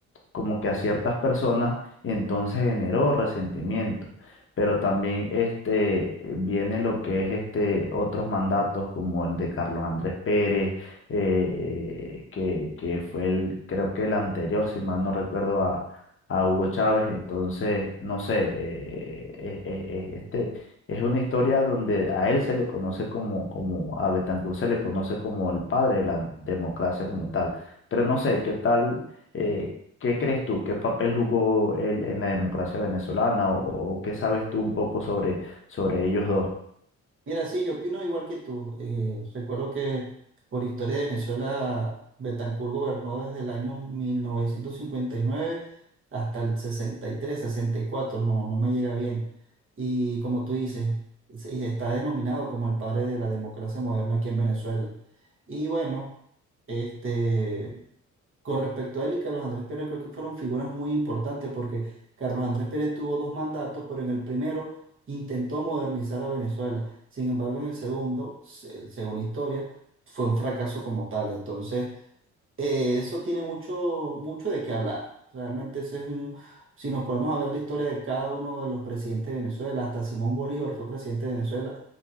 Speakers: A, on the left; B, on the right.
A: como que a ciertas personas, entonces generó resentimiento. Pero también este, eh, viene lo que es este, otros mandatos, como el de Carlos Andrés Pérez, eh, eh, que, que fue el, creo que el anterior, si mal no recuerdo, a, a Hugo Chávez. Entonces, no sé, eh, eh, eh, eh, este, es una historia donde a él se le conoce como, como, a Betancourt se le conoce como el padre de la democracia como tal. Pero no sé, ¿qué tal? eh, ¿Qué crees tú? ¿Qué papel jugó él en la democracia venezolana? ¿O, o qué sabes tú un poco sobre, sobre ellos dos?
B: Mira, sí, yo opino igual que tú. Eh, recuerdo que por historia de Venezuela, Betancur gobernó desde el año 1959 hasta el sesenta sesenta y tres sesenta y cuatro no, no me llega bien. Y como tú dices, sí, está denominado como el padre de la democracia moderna aquí en Venezuela. Y bueno, este, con respecto a él y Carlos Andrés Pérez, creo que fueron figuras muy importantes porque Carlos Andrés Pérez tuvo dos mandatos, pero en el primero intentó modernizar a Venezuela. Sin embargo, en el segundo, se- según la historia, fue un fracaso como tal. Entonces, eh, eso tiene mucho, mucho de qué hablar. Realmente ese es un, si nos podemos a ver la historia de cada uno de los presidentes de Venezuela, hasta Simón Bolívar fue presidente de Venezuela,